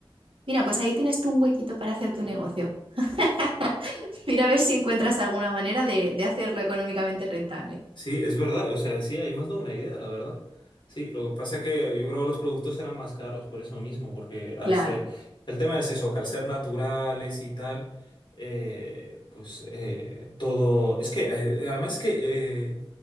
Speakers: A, on the right (about 70°); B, on the left (about 55°).
A: Mira, pues ahí tienes tú un huequito para hacer tu negocio. <laughs> Mira a ver si encuentras alguna manera de, de hacerlo económicamente rentable.
B: Sí, es verdad, o sea, sí, ahí me has dado una idea, la verdad. Sí, lo que pasa es que yo creo que los productos eran más caros por eso mismo, porque al
A: Claro,
B: ser, el tema es eso, que al ser naturales y tal, eh, pues eh, todo, es que eh, además que eh,